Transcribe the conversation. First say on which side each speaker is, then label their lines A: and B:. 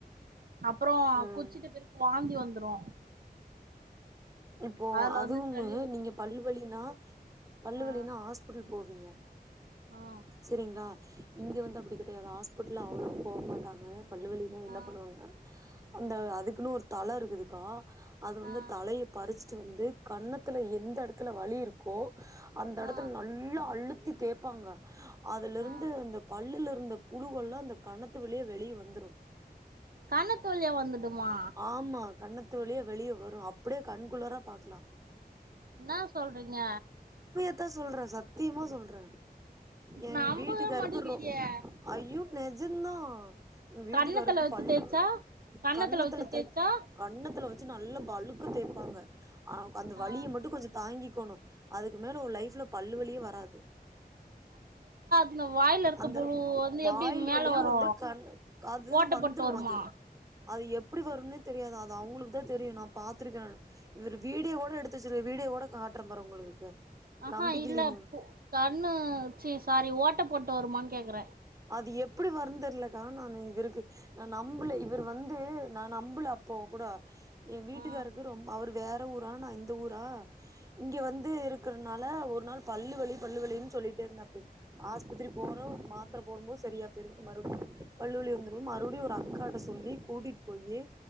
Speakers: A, on the right; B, on the right.
A: அப்புறோ
B: ம்
A: குச்சிட்டு பிற்க் வாந்தி வந்துரு
B: இப்போ
A: அதுல
B: அதுவும்மு
A: வந்து சளி வந்துரு
B: நீங்க பல் வலினா பல்லு
A: ஆ
B: வலினா ஹாஸ்பிட்டுல் போவிங்க
A: ஆ
B: செரிங்ளா இங்கெ வந்து அப்புடி கெடையாது ஹாஸ்பிட்டல் அவுளுக் போக மாட்டாங்க பல்லு வலினா என்ன
A: ஆ
B: பண்ணுவாங்னா அந்த அதுக்குன்னு ஒரு தல இருக்குதுக்கா அது வந்து
A: ஆ
B: பறிச்ட்டு வந்து கன்னத்துல எந்த எடத்துல வலி இருக்கோ அந் எடத்துல
A: ஆ
B: நல்லா அழுத் த்தி தேப்பாங்க அதுலருந்து
A: ஆ
B: அந்த பல்லுல இருந்த புலுவெல்லா அந்த கன்னத்து வழியா வெளிய வந்துரு
A: கன்னத்து வழியா வந்து ருமா
B: ஆமா கன்னத்து வழியா வெளிய வரு அப்படியே கண் குளிர பாக்கலா
A: என்னா சொல்றிங்க
B: த்த சொல்றே சத்தியமா சொல்றே எங்க
A: நம்பவே
B: வீட்டுக்காருக்கு
A: முடியலையே
B: ரொ அய்யு நெஜந்தா வீட்டுக்கு
A: கன்னத்துல
B: வருக்கு
A: வச்சு
B: பல்லு
A: தேய்ச்சா கன்னத்துல
B: கண்ணத்துல
A: வச்சு தேய்ச்சா
B: தெ கண்ணத்துல வச் ச்சு நல்லா பழுக்க தேப்பாங்க அ அந்த
A: ஆ
B: வலிய மட்டு கொஞ்சொ தாங்கி க்கணு அதுக்கு மேல ஓ லைஃப்ல பல்லுவலியே வராது
A: இந்த வாயிலருக்க
B: அந்த
A: புழு வந்து
B: வாயில்
A: எப்டி மேல
B: வலியு
A: வரூ
B: வந்து கண் அதுதா
A: ஓட்டப்போட்டு
B: வந்துரு
A: வருமா
B: அது அது எப்டி வருன்னே தெரியாது அது அவங்ளுக்கு தா தெரியு நா பாத்துருக்கே நானு இவரு வீடியோ ஓட எடுத்து வச்சிரு வீடியோ ஓட் காட்ர பாரு உங்களுக்கு
A: ஆஹா
B: நம்பிக்கில்லினா
A: இல்ல பு கண்ணு சி சாரி ஓட் டப்போட்டு வருமா கேக்குறே
B: ஆத் இது எப்டி வருன் தெரிலக்கா நானு இவருக்கு நா நம்பல இவர் வந்து நா நம்பல அப்போ கூட ஏ வீட்டுக்காருக்கு
A: ஆ
B: ரொம் அவர் வேர் ந ஊரா நான் இந்த ஊரா இங்க வந்து இருக்குறனால ஒரு நாள் பல்லுவலி பல்லுவலின் சொல்லிட் என்னப்பு ஆஸ்பித்திரி போறோ மாத் த்ர போடும்போ சரியா போயிருது மறுபடி பல்லுவலி வந்துரும் மறுபடியு ஒரு அக்காட்ட சொல்லி கூட்டிட்டு போயி